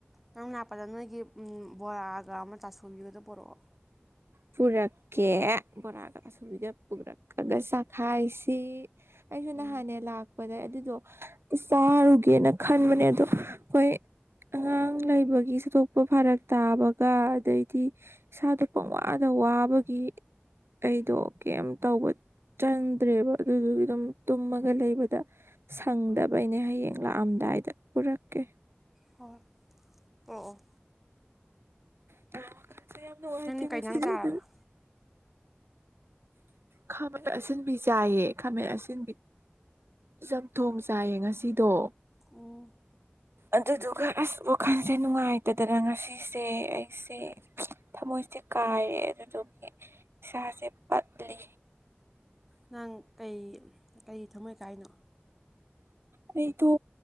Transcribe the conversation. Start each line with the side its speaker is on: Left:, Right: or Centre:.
Centre: ꯅꯪ ꯂꯥꯛꯄꯗ ꯅꯣꯏꯒꯤ ꯕꯣꯔꯥꯒ ꯑꯃ ꯆꯥꯁꯨꯕꯤꯒꯗꯨ ꯄꯣꯔꯛꯑꯣ
Right: ꯄꯨꯔꯛꯀꯦ ꯕꯣꯔꯥꯒ ꯑꯁꯨꯕꯤꯗ ꯄꯨꯔꯛꯑꯒ ꯆꯥꯈꯥꯏꯁꯤ ꯑꯩꯁꯨꯨ
Centre: ꯎꯝ
Right: ꯅꯍꯥꯟꯅꯦ ꯂꯥꯛ ꯄꯗ ꯑꯗꯨꯗꯣ ꯆꯥꯔꯨꯒꯦꯅ ꯈꯟꯕꯅꯦ ꯑꯗꯣ ꯍꯣꯏ ꯑꯉꯥꯡ ꯂꯩꯕꯒꯤ ꯆꯠꯇꯣꯛꯄ ꯐꯔꯛ ꯇꯥꯕꯒ ꯑꯗꯩꯗꯤ ꯏꯁꯥꯗ ꯋꯥꯗ ꯋꯥꯕꯒꯤ ꯑꯩꯗꯣ ꯀꯩꯝ ꯇꯧꯕ ꯆꯟꯗ꯭ꯔꯦꯕ ꯑꯗꯨꯗꯨꯒꯤ ꯑꯗꯨꯝ ꯇꯨꯝꯃꯒ ꯂꯩꯕꯗ ꯁꯪꯗꯕꯩꯅꯦ ꯍꯌꯦꯡ ꯂꯥꯛꯑꯝꯗꯥꯏꯗ ꯄꯨꯔꯛꯀꯦ
Centre: ꯍꫭꯏ ꯑꯣ ꯑꫭ
Right: <inaudible> ꯌꯥꯝ ꯅꯨꯡꯉꯥꯏꯇꯦ ꯉꯁꯤꯗꯤ
Centre: ꯀꯩ ꯅꯪ ꯆꯥꯔꯕ
Right: ꯑꯗꯨꯅ ꯈꯥꯃꯦꯟ ꯑꯁꯤꯟꯕꯤ ꯆꯥꯌꯦ ꯈꯥꯃꯦꯟ ꯑꯁꯤꯟꯕꯤ ꯆꯝꯊꯣꯡ ꯆꯥꯏꯌꯦ ꯉꯁꯤꯗꯣ
Centre: ꯎꯝ
Right: ꯑꯗꯨꯗꯨꯒ ꯑꯁ ꯋꯥꯈꯜꯁꯦ ꯅꯨꯡꯉꯥꯏꯇꯗꯅ ꯉꯁꯤꯁꯦ ꯑꯩꯁꯦ ꯊꯃꯣꯏꯁꯦ ꯀꯥꯏꯔꯦ ꯑꯗꯨꯗꯨꯒꯤ ꯏꯁꯥꯁꯦ ꯄꯠꯂꯤ
Centre: ꯅꯪ ꯀꯩ ꯀꯩꯒꯤ ꯊꯝꯃꯣꯏ ꯀꯥꯏꯅꯣ
Right: ꯑꯩꯗꯣ